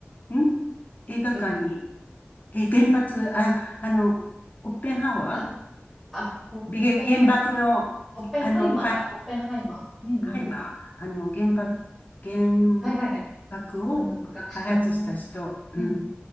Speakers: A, on the left; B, in the centre.
A: ん映画館に、
B: 原、
A: え、原発、あ、あの、オッペンハウアー
B: な、あ、オッペン、
A: びげ原爆の、
B: オッペンハイマーだ。
A: あの、かい、
B: オッペンハイマー。うんうん。
A: ハイマー、あの、原爆、
B: うん。
A: 原
B: はいはいはい。
A: 爆を開発した人。
B: あの、学者の、
A: うん。
B: うん